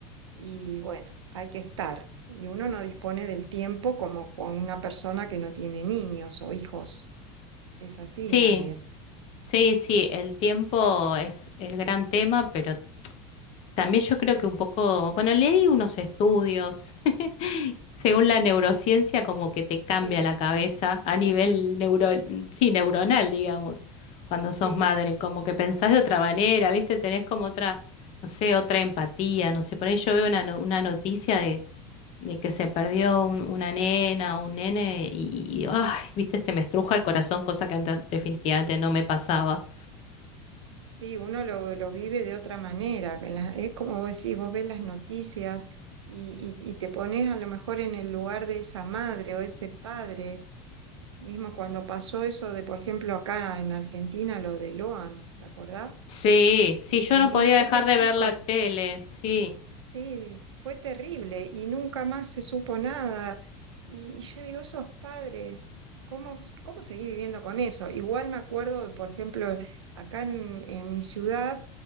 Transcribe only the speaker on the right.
y, bueno, hay que estar. Y uno no dispone del tiempo como con una persona que no tiene niños o hijos. Es así,
María.
Sí,
sí,
sí, uno lo, lo vive de otra manera. que la- es como vos decís, vos ves las noticias y, y- y te pones a lo mejor en el lugar de esa madre o ese padre Mismo cuando pasó eso de, por ejemplo, acá en Argentina, lo de Loan, ¿te acordás?
Ese,
ni-
ese
chico,
sí, fue terrible y nunca más se supo nada. Y yo digo, esos padres, ¿cómo, cómo seguí viviendo con eso? Igual me acuerdo, por ejemplo, acá en, en mi ciudad,